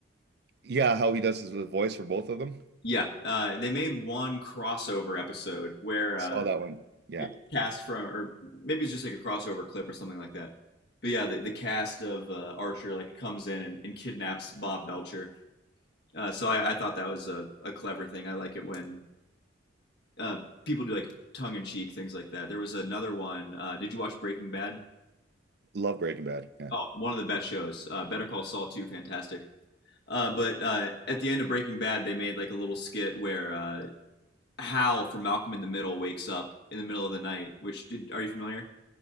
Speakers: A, on the right (about 55°); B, on the left (about 55°).
A: Yeah, how he does his the voice for both of them.
B: Yeah, uh, they made one crossover episode where, uh,
A: Saw that one. Yeah.
B: yeah, cast from, or maybe it's just like a crossover clip or something like that. But yeah, the, the cast of uh, Archer like comes in and, and kidnaps Bob Belcher. Uh, so I, I thought that was a, a clever thing. I like it when uh, people do like tongue in cheek things like that. There was another one. Uh, did you watch Breaking Bad?
A: Love Breaking Bad. Yeah.
B: Oh, one of the best shows. Uh, Better Call Saul too, fantastic. Uh, but uh, at the end of Breaking Bad, they made like a little skit where uh, Hal from Malcolm in the Middle wakes up in the middle of the night. Which did are you familiar?